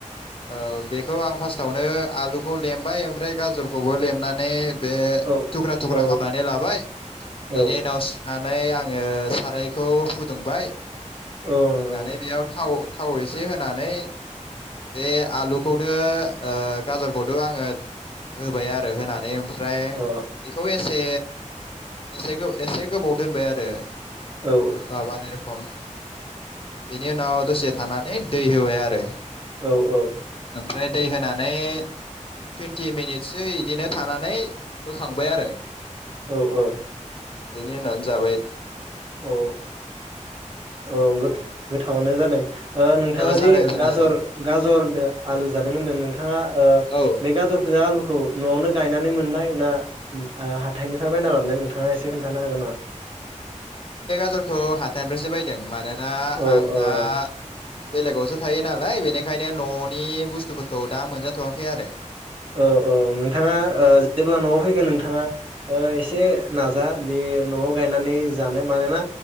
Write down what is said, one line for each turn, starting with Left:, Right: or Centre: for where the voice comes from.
Left: औ बेखौ आं फार्स्टआवनो आलुखौ लेमबाय ओमफ्राय गाजरखौबो लेबनानै बे
Right: औ
Left: थुख्रा थुख्रा
Right: औ
Left: खामनानै लाबाय
Right: औ
Left: बेनि उनाव सु नानै आङो सारायखौ फुदुंबाय
Right: औ
Left: फुदुंनानै
Right: नंगौ नोंथां
Left: बेयाव थाव थाव एसे होनानै बे आलुखौदो गाजरखौथ' आङो होबाय आरो होनानै ओम फ्राय
Right: औ
Left: बेखौ एसे एसे एसे गोबाव दोनबाय आरो।
Right: अ औ
Left: <unintelligible> सम बेनि उनाव दसे थाना नै दै होबाय आरो
Right: औ औ
Left: ओमफ्राय दै होनानै टुइन्टि मिनिटसो इबिदिनो थानानै बोखांबाय आरो।
Right: औ औ
Left: बेनि उनावनो जाबाय‌
Right: औ औ गोथा गोथावानो जादों ओ नोंथाङा
Left: औ जादों
Right: जे
Left: जानायालाय
Right: गाजर गाजरदो आलु जादों होनदों <unintelligible> थाङा
Left: औ
Right: बे गाजरखोजा आलुखौ न'आवनो गायनानै मोननाय ना हाथाइनिफाय बायना लाबनाय नोंथाङा एसे खोन्थानो हागोन नामा?
Left: <unintelligible> थाइफ्रायसो बायदों मानोना
Right: औ
Left: आं दा
Right: औ
Left: बेलेगावसो थायो नालाय बेनिखायनो न'नि बुस्थुफोरखौ दा मोनजाथ'वाखै आरो।
Right: औ औ नोंथाङा जेब्ला न'आव फैगोन नोंथाङा एसे। नाजा दे। न'आव गायनानै जानो। मानोना